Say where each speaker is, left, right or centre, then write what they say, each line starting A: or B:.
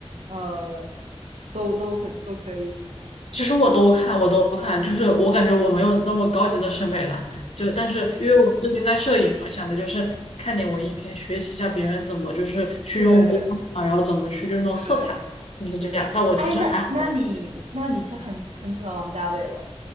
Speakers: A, on the right; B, on the left.
A: 呃，都都很都可以？
B: 其实我都看，我都看，就是我感觉我没有那么高级的审美了，就但是因为我最近在摄影嘛，想的就是看点文艺片，学习一下别人怎么就是去用光啊，
A: 对
B: 然后怎么去就是那种色彩，
A: 对
B: 就是这样。
A: 对，
B: 但我其实还好。
A: 哎，那那你那你就很很喜欢王家卫咯。